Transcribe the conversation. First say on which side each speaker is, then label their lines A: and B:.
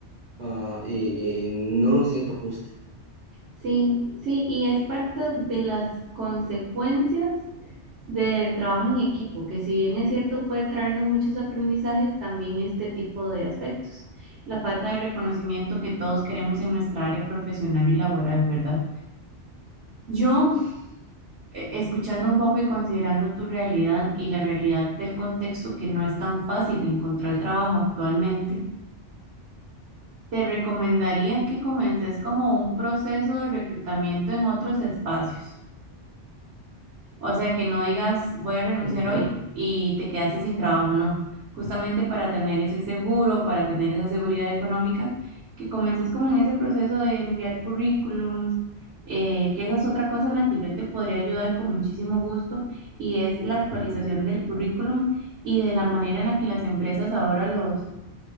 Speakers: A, on the right (about 45°); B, on the right (about 70°).
A: ah, y no lo siento justo.
B: Sí, sí, y es parte de las consecuencias del trabajo en equipo, que si bien es cierto puede traernos muchos aprendizajes, también este tipo de aspectos, la falta de reconocimiento que todos queremos en nuestra área profesional y laboral, ¿verdad? Yo, eh, escuchando un poco y considerando tu realidad y la realidad del contexto que no es tan fácil encontrar trabajo actualmente, Te recomendaría que comences como un proceso de reclutamiento en otros espacios. O sea, que no digas voy a renunciar
A: Ujú.
B: hoy y te quedaste sin trabajo, no. Justamente para tener ese seguro, para tener esa seguridad económica, que comences como en ese proceso de enviar currículums, eh, que esa es otra cosa en la que yo te podría ayudar con muchísimo gusto y es la actualización del currículum y de la manera en la que las empresas ahora los